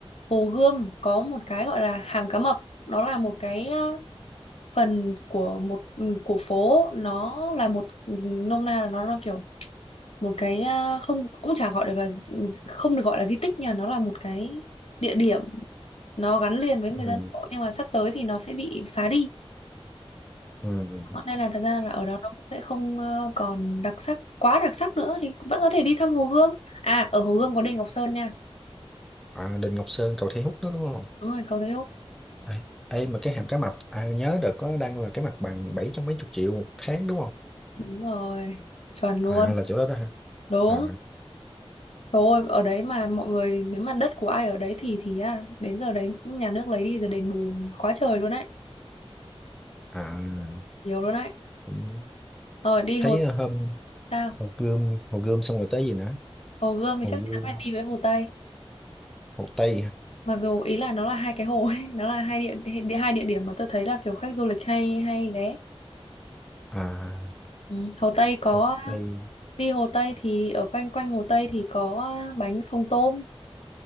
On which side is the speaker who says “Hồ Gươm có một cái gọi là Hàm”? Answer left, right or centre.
Left